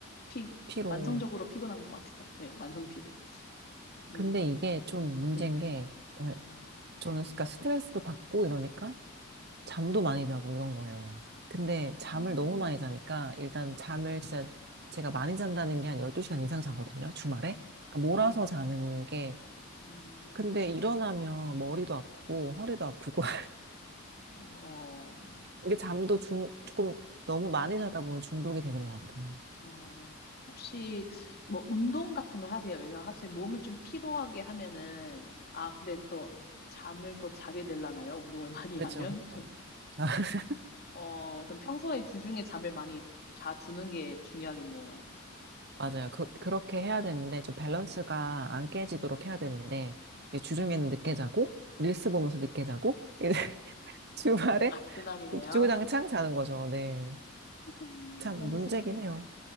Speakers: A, on the left; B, on the right.
A: 피,
B: 피로.
A: 만성적으로 피곤한 것 같아요. <laughs> 네, 만성 피로. 음,
B: 근데 이게 좀
A: 그래요?
B: 문제인
A: 네.
B: 게, 어,
A: 음,
B: 저는 그러니까 스트레스도 받고 이러니까 잠도 많이 자고 이런 거예요. 근데
A: 음,
B: 잠을 너무 많이 자니까 일단 잠을 진짜 제가 많이 잔다는 게 한 12시간 이상 자거든요, 주말에. 그러니까 몰아서
A: 우와.
B: 자는 게
A: 음,
B: 근데 일어나면 머리도 아프고 허리도 아프고 <laughs>
A: 어.
B: 이게 잠도 중, 조금 너무 많이 자다 보면 중독이 되는 것 같아요.
A: 아, 혹시 뭐 운동 같은 걸 하세요? 왜냐면 확실히 몸을 좀 피로하게 하면은 아, 근데 또 잠을 더 자게 되려나요? 운동을 많이
B: 그렇죠,
A: 하면?
B: 그렇죠.
A: <laughs>
B: <laughs>
A: 어, 그럼 평소에 주중에 잠을 많이 자 두는 게 중요하겠네요.
B: 맞아요. 그, 그렇게 해야 되는데 좀 밸런스가 안 깨지도록
A: 음,
B: 해야 되는데 이제 주중에는
A: 음.
B: 늦게 자고 릴스 보면서 늦게 자고 <laughs> 이제 주말에
A: 악순환이네요.
B: 주구장창 자는 거죠. 네,
A: <laughs>
B: 참
A: 너무
B: 문제긴
A: 슬프네요.
B: 해요.